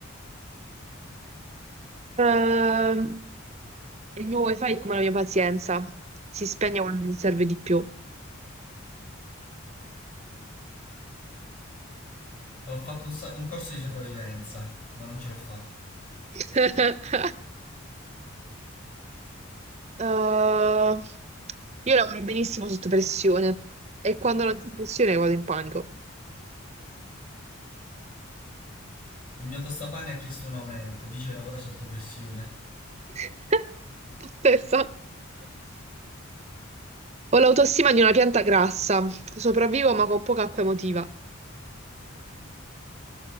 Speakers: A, on the right; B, on the left.
A: Ehm, il mio wifi è come la mia pazienza. Si spegne quando mi serve di più.
B: ho fatto un, sa- un corso di sopravvivenza, ma non ce l'ho fatta.
A: <laughs> Uh, io lavoro benissimo sotto pressione e quando non c'è pressione vado in panico.
B: Il mio tostapane ha chiesto un aumento, dice che lavora sotto pressione.
A: <laughs> Stessa. Ho l'autostima di una pianta grassa, sopravvivo ma con poca acqua emotiva.